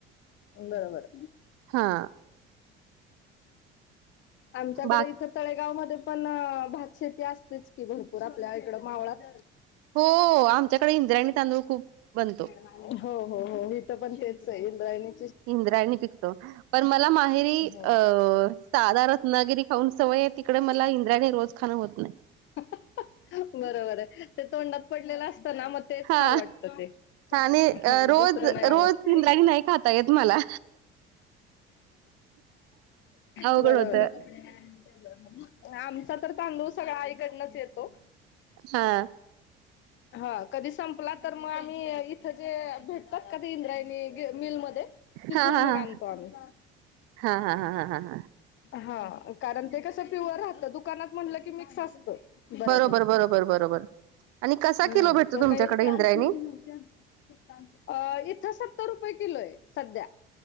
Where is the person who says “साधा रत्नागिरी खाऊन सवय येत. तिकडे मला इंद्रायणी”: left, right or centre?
Right